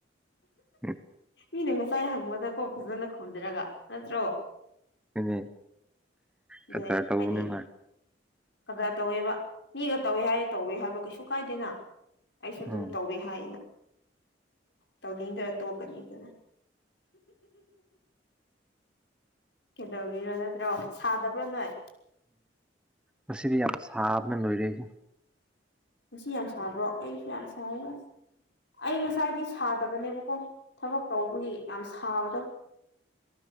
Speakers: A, in the centre; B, on the left.
A: ꯎꯝ
B: ꯃꯤꯅ ꯉꯁꯥꯏ ꯍꯪꯕꯗꯀꯣ ꯐꯖꯅ ꯈꯨꯝꯖꯔꯒ ꯅꯠꯇ꯭ꯔꯣ
A: ꯑꯗꯨꯅꯦ
B: ꯑꯗꯨꯗꯅꯦ
A: ꯀꯗꯔ ꯇꯧꯕꯅꯦ
B: ꯍꯥꯏꯗꯤ
A: ꯃꯥ
B: ꯀꯗꯥꯏ ꯇꯧꯋꯦꯕ ꯃꯤꯒ ꯇꯧꯋꯦ ꯍꯥꯏꯌꯦ ꯇꯧꯋꯦ ꯍꯥꯏꯕ ꯀꯩꯁꯨ ꯀꯥꯏꯗꯦꯅ ꯑꯩꯁꯨ ꯑꯗꯨꯝ
A: ꯎꯝ
B: ꯇꯧꯋꯦ ꯍꯥꯏꯌꯦꯅ ꯇꯧꯅꯤꯡꯗꯔ꯭ꯒ ꯇꯣꯛꯀꯅꯤꯗꯅ ꯀꯩꯗꯧꯔꯝꯃꯤꯅꯣ ꯅꯠꯇ꯭ꯔꯣ ꯁꯥꯗꯕ꯭ꯔꯣ ꯅꯣꯏ
A: ꯃꯁꯤꯗꯤ ꯌꯥꯝ ꯁꯥꯕꯅ ꯂꯣꯏꯔꯦ ꯑꯩꯁꯨ
B: ꯉꯁꯤ ꯌꯥꯝ ꯁꯥꯕ꯭ꯔꯣ ꯑꯩꯁꯨ ꯌꯥꯝ ꯁꯥꯏꯌꯦ ꯑꯁ ꯑꯩ ꯉꯁꯥꯏꯗꯤ ꯁꯥꯗꯕꯅꯦꯕꯀꯣ ꯊꯕꯛ ꯇꯧꯕꯒꯤ ꯌꯥꯝ ꯁꯥꯕꯗꯣ